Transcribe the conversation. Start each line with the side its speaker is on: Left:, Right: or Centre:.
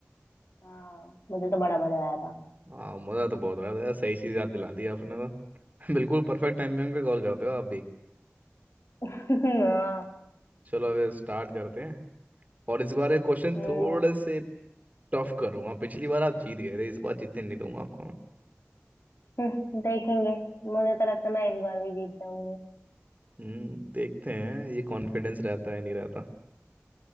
Left: हाँ मुझे तो बड़ा मजा आया था
Right: हाँ मज़ा तो बहुत आया था यार सही चीज़ याद दिला दी आपने तो <laughs> बिल्कुल परफेक्ट टाइमिंग पे कॉल करते हो आप भी
Left: <laughs> हाँ,
Right: चलो अब स्टार्ट करते हैं और इस बार ये क्वेश्चन
Left: हम्म,
Right: थोड़े से टफ करूँगा पिछली बार आप जीत गए थे इस बार जीतने नहीं दूंगा आपको मैं।
Left: हम्म, देखेंगे मुझे तो लगता है मैं इस बार भी जीत जाऊंगी
Right: हम्म देखते हैं ये कॉन्फिडेंस रहता है नहीं रहता